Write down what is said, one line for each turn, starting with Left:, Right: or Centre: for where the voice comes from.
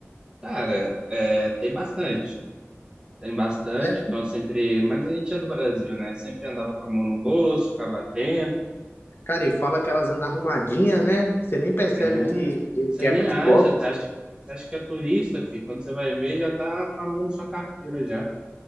Right: Cara, é, tem bastante. Tem bastante,
Left: É, né?
Right: então sempre. Mas a gente é do Brasil, né? Sempre andava com a mão no bolso, ficava atento.
Left: Cara, e fala que elas andam arrumadinha, né? Você nem percebe
Right: É,
Left: que, que,
Right: você
Left: que
Right: nem
Left: é pickpocket.
Right: acha, você acha, você acha que é turista, filho. Quando você vai ver, já tá com a mão na sua carteira já.